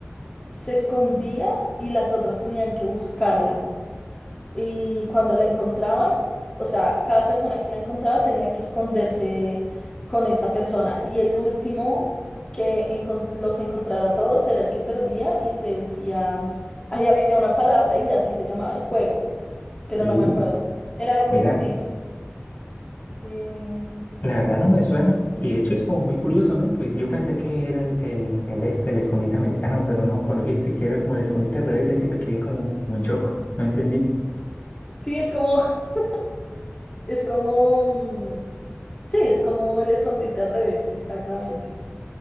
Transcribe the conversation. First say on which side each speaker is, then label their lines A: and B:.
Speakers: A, on the left; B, on the left.
A: se escondía y las otras tenían que buscarla. Y cuando la encontraban, o sea, cada persona que la encontraba tenía que esconderse con esta persona. Y el último que encon- los encontrara a todos era el que perdía y se decía, ahí había una palabra y así se llamaba el juego, pero
B: Sí,
A: no me acuerdo. Era algo
B: mira,
A: con es. eh,
B: la
A: vamos.
B: verdad no me suena. Y de hecho es como muy curioso, ¿no? Pues yo pensé que era el, el, el este, el escondite americano, pero no, cuando dijiste que era como el escondite al revés, ahí sí me quedé como, como en shock. No entendí.
A: Sí, es como, <laughs> es como, mm, sí, es como el escondite al revés, exactamente.